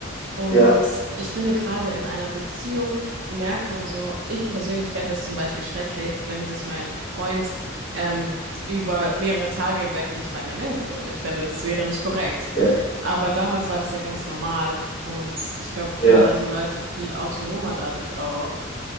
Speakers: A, on the right (about 65°); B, on the left (about 20°).
A: Und
B: Ja,
A: ich finde, gerade in einer Beziehung merkt man so, ich persönlich fände es zum Beispiel schrecklich, wenn sich mein Freund ähm, über mehrere Tage hinweg nicht bei mir melden würde. Ich fände, das wäre nicht korrekt.
B: ja.
A: Aber damals war das ja ganz normal. Und ich glaube, früher
B: Ja,
A: waren die Leute viel autonomer dadurch auch.